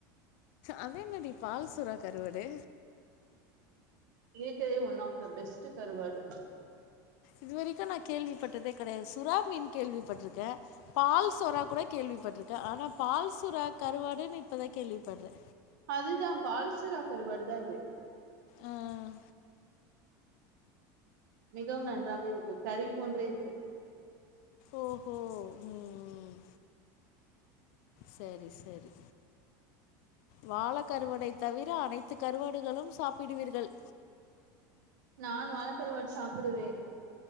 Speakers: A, on the left (about 50°); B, on the right (about 75°).
A: அது என்னடி பால்சுறா கருவாடு
B: இருக்கதே ஒன் ஆஃப் த பெஸ்ட் கருவாடு
A: இது வரைக்கு நா கேள்விப்பட்டதே கெடையாது சுறாமீன் கேள்விப்பட்டிருக்கே பால்சுறா கூட கேள்விப்பட்டிருக்கே ஆனா பால்சுறா கருவாடுன்னு இப்பதா கேள்வி பட்றே
B: அதுதா பால்சுறா கருவாடு தா அது
A: ஆ அ
B: மிகவும் நன்றாவே இருக்கு கறி போன்றே இருக்கும்
A: ஓஹோ ம் ம் சரி சரி வாழ கருவாடை தவிர அனைத்து கருவாடுகளும் சாப்பிடுவீர்கள்
B: நான் வாழக்கருவாடு சாப்பிடுவேன்